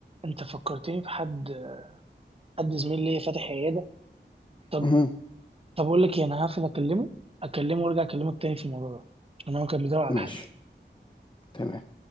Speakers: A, on the right (about 30°); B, on the left (about 25°).
A: انت فكرتني بحد حد زميل ليا فاتح عيادة طب
B: اهم،
A: طب اقول لك إيه، انا هقفل اكلمه اكلمه وارجع اكلمك تاني في الموضوع ده عشان هو كان بيدور على
B: ماشي،
A: حد
B: تمام.